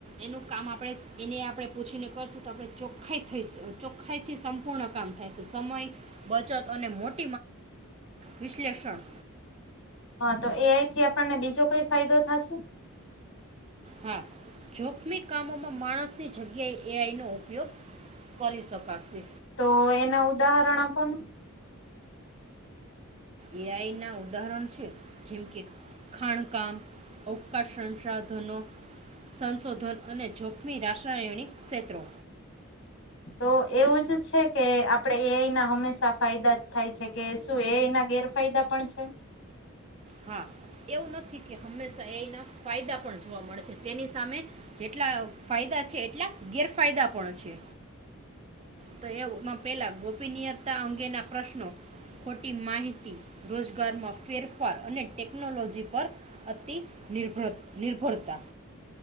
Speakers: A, on the right; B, on the left.
A: એનું કામ આપણે એને આપણે પૂછીને કરશું તો આપડણે ચોખ્ખા થઈ છું ચોખ્ખાઈ થી સંપૂર્ણ કામ થાય છે સમય, બચત અને મોટ વિશ્લેષણ.
B: હા તો એ આઈ થી આપણને બીજો કોઈ ફાયદો થાશે?
A: હા, જોખમી કામોમાં માણસની જગ્યાએ એ આઈ નો ઉપયોગ કરી શકાશે.
B: તો એના ઉદાહરણ આપો ની.
A: એ આઈ ના ઉદાહરણ છે જેમ કે ખાણકામ, અવકાશ સંસાધનો, સંશોધન અને જોખમી રાસાયણિક ક્ષેત્રો.
B: તો એવું જ છે કે આપડે એ અના હંમેશા ફાયદા જ થાય છે કે. શું એ અના ગેરફાયદા પણ છે?
A: હા, એવું નથ. થી કે હંમેશા એ આઈ ના ફાયદા પણ જોવા મળે છે તેની સામે જેટલા ફાયદા છે એટલા ગેરફાયદા પણ છે. તો એઓમાં પેલા ગોપનીયતા અંગેના પ્રશ્નો, ખોટી માહિતી, રોજગારમાં ફેરફ ફાર અને ટેકનોલોજી પર અતિ નિર્ભર નિર્ભરતા.